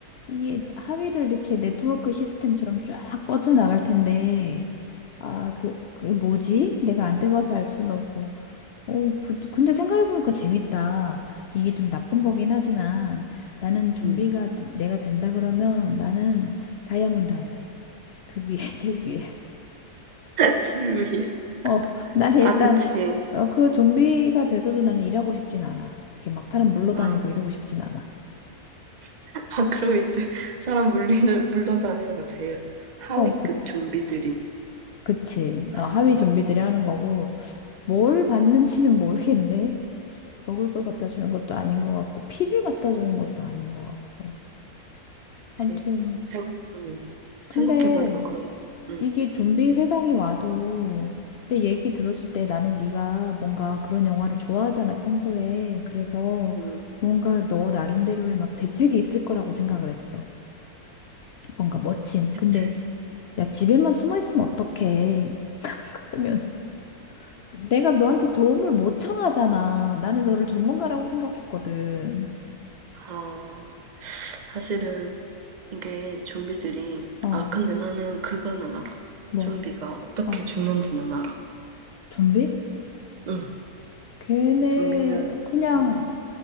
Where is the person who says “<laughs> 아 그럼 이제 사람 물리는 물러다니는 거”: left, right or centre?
Right